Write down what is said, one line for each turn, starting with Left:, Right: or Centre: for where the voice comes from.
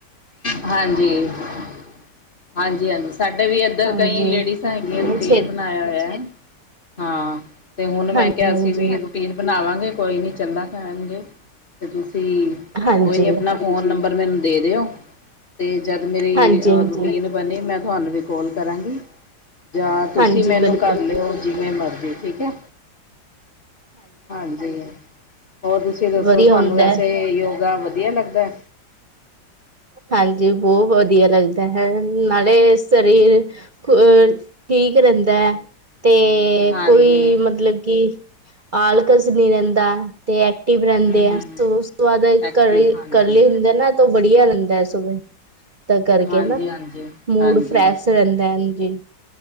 Left: ਹਾਂਜੀ-ਹਾਂਜੀ-ਹਾਂਜੀ ਸਾਡੇ ਵੀ
Right: ਹਾਂਜੀ
Left: ਇੱਧਰ ਕਈ ਲੇਡੀਜ਼ਾਂ
Right: ਇਹ
Left: ਹੈਗੀਆਂ ਰੂਟੀਨ
Right: ਛੇ
Left: ਬਣਾਇਆ ਹੋਇਆ ਹੈ। ਹਾਂ ਤੇ ਹੁਣ ਮੈਂ
Right: ਹਾਂਜੀ
Left: ਕਿਹਾ ਸੀ
Right: ਹਾਂਜੀ
Left: ਵੀ ਰੂਟੀਨ ਬਣਾਵਾਂਗੇ, ਕੋਈ ਨੀ ਚੱਲਾ ਕਰਾਂਗੇ। ਤੇ ਤੁਸੀਂ
Right: ਹਾਂਜੀ
Left: ਕੋਈ ਨੀ ਆਪਣਾ ਫੋਨ ਨੰਬਰ ਮੈਨੂੰ ਦੇ ਦਿਓ। ਤੇ ਜਦ ਮੇਰੀ
Right: ਹਾਂਜੀ ਹਾਂਜੀ
Left: ਰੂਟੀਨ ਬਣੀ ਮੈਂ ਤੁਹਾਨੂੰ ਵੀ ਕੋਲ ਕਰਾਂਗੀ। ਜਾਂ ਤੁਸੀਂ
Right: ਹਾਂਜੀ
Left: ਮੈਨੂੰ
Right: ਬਿਲਕੁਲ
Left: ਕਰ ਲਿਓ ਜਿਵੇਂ ਮਰਜ਼ੀ ਠੀਕ ਐ। ਹਾਂਜੀ, ਹੋਰ ਤੁਸੀਂ ਦੱਸੋ
Right: ਵਧੀਆ
Left: ਤੁਹਾਨੂੰ
Right: ਹੁੰਦਾ
Left: ਵੈਸੇ
Right: ਹੈ
Left: ਯੋਗਾ ਵਧੀਆ ਲੱਗ ਦਾ।
Right: ਹਾਂਜੀ ਬਹੁਤ ਵਧੀਆਂ ਲੱਗਦਾ ਹੈ, ਨਾਲੇ ਸਰੀਰ ਅ ਠੀਕ ਰਹਿੰਦਾ ਐ ਤੇ ਤੇ
Left: ਹਾਂਜੀ
Right: ਕੋਈ ਮਤਲਬ ਕਿ ਆਲਕਸ ਨੀ ਰਹਿੰਦਾ। ਤੇ ਐਕਟਿਵ ਰਹਿੰਦੇ
Left: ਹਮ
Right: ਆ,
Left: ਹਮ
Right: ਸ ਉਸ ਤੋਂ ਬਾਅਦ
Left: ਐਕਟਿਵ
Right: ਘਰੇ
Left: ਹਾਂਜੀ
Right: ਕੱਲੇ ਹੁੰਦੇ ਨਾ ਤੇ ਉਹ ਬੜੀਆ ਰਹਿੰਦ ਤਾਂ ਸੁਬਹੇ ਤਾਂ ਕਰਕੇ
Left: ਹਾਂਜੀ
Right: ਨਾ
Left: ਹਾਂਜੀ
Right: ਮੂਡ
Left: ਹਾਂਜੀ
Right: ਫਰੈਸ਼ ਰਹਿੰਦਾ ਹਾਂਜੀ।